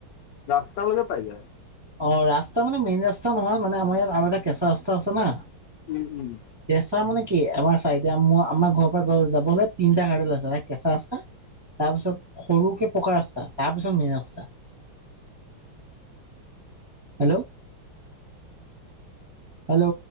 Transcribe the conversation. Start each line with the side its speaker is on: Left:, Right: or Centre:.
Left: ৰাস্তালৈকে পাই যায়।
Right: অ, ৰাস্তা মানে মেইন ৰাস্তা নহয়। মানে আমাৰ ইয়াত আৰু এটা কেঁচা ৰাস্তা আছে না।
Left: উম, উম।
Right: কেঁচা মানে কি আমাৰ <unintelligible> আমাৰ ঘৰৰ পৰা যাবলে তিনটা <unintelligible> আছে। এটা কেঁচা ৰাস্তা তাৰ পিছত সৰুকে পকা ৰাস্তা, তাৰপিছত মেইন ৰাস্তা। Hello hello